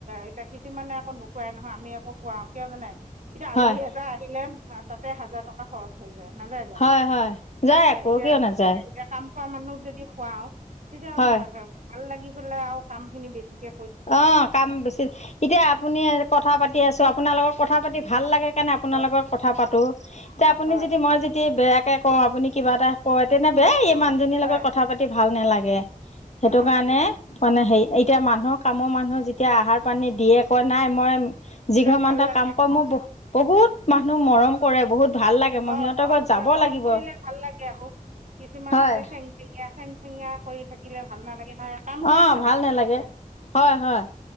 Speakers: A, on the right; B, on the left.
A: এতিয়া কিছুমানে আকৌ নুখুৱাই নহয় আমি আকো খুৱাওঁ, কিয় জানে? এতিয়া আলহী
B: হয়
A: এটা আহিলে অ তাতে হাজাৰ টকা খৰচ হৈ যায়, নাযায় জানো?
B: হয় হয় যায়
A: উ এ
B: আকৌ
A: এতিয়া
B: কিয় নাযায়
A: এতিয়া কাম <unintelligible> মানুহক যদি খুৱাওঁ তেতিয়া
B: হয়
A: <inaudible> ভাল লাগি <unintelligible> আও কাম খিনি বেছিকে
B: অ', কাম বেছি। এতিয়া আপুনিয়ে কথা পাতি আছো আপ পোনালোকৰ কথা পাতি ভাল লাগে সেণে আপোনাৰ
A: হয়
B: লগত কথা পাতোঁ। তিয়া আপুনি
A: হয়
B: যদি মই যদি বেয়াক তাকে কওঁ, আপুনি কিবা এটা কয় তেনে বে এই
A: অঁ
B: মানুজনীৰ
A: হয়
B: লগত
A: আকৌ
B: কথা পাতি ভাল নালাগ এহ
A: ভাল
B: সেইটো
A: নালাগে
B: কাৰণে, মানে হেৰি এতিয়া
A: অঁ
B: মানুহক <unintelligible> মানুহে যেতিয়া আহাৰ পানী দিয়ে কয় নাই মই
A: তেতিয়া
B: যিঘৰ মানতে
A: ভাল লাগে
B: কাম কৰে মই বহ বহুত মানুহ মৰম কৰে, বহুত ভাল লাগে মই
A: অ
B: সিহঁতৰ
A: মৰম
B: ঘৰত
A: কৰে,
B: যাব
A: মৰম
B: লাগিব
A: কৰিলে ভাল লাগে আকৌ। কিছুমান
B: হয়
A: আছে সেং সেঙীয়া। সেংসেঙীয়া কৰি থাকিলে ভাল নালাগে নহয় কাম কৰিও
B: অ', ভাল নালাগে।
A: তেতিয়া
B: হয় হয়